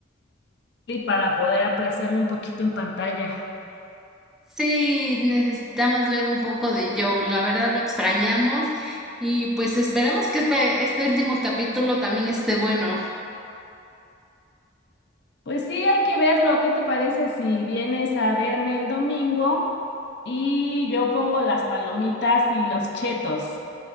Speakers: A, on the left; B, in the centre.
A: y para poder apreciarlo un poquito en pantalla.
B: Sí, necesitamos ver un poco de Joe. La verdad lo extrañamos y pues esperemos que este, este último capítulo también esté bueno.
A: Pues sí, hay que verlo. ¿Qué te parece si vienes a verme el domingo y yo pongo las palomitas y los chetos?